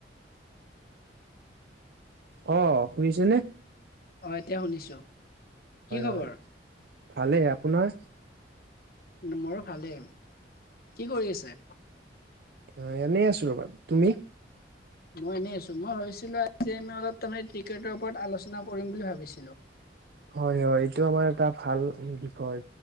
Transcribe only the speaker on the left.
হয় এতিয়া শুনিছো, কি খবৰ?
মোৰো ভালেই কি কৰি আছে?
মই এনেই আছো মই ভাবিছিলো আজি আমি অলপ তাৰমানে ক্ৰিকেটৰ ওপৰত আলোচনা কৰিম বুলি ভাবিছিলো।